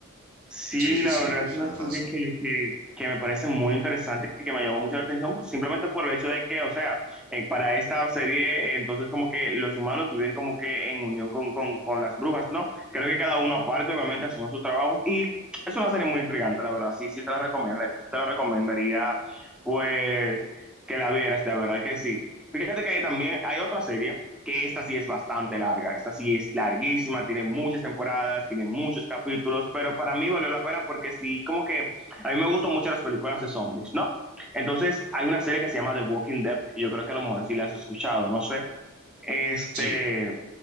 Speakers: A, in the centre; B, on the right (about 85°).
A: Sí,
B: Sí, sí,
A: la
B: sí,
A: verdad
B: me
A: es
B: suena
A: una serie
B: fácil.
A: que, que, que me parece muy interesante y que me llamó mucho la atención, pues, simplemente por el hecho de que, o sea, eh, para esta serie, eh, entonces como que los humanos viven como que en unión con, con, con las brujas, ¿no? Creo que cada uno aparte, obviamente, haciendo sus trabajos y es una serie muy intrigante, la verdad, sí, sí te la recomendaría, te la recomendaría, pues, que la vieras, la verdad que sí. Fíjate que hay también hay otra serie que esta sí es bastante larga, esta sí es larguísima, tiene muchas temporadas, tiene muchos capítulos, pero para mí valió la pena porque sí, como que a mí me gustan mucho las películas de zombies, ¿no? Entonces, hay una serie que se llama The Walking Dead, y yo creo que a lo mejor sí la has escuchado, no sé. Este,
B: Sí,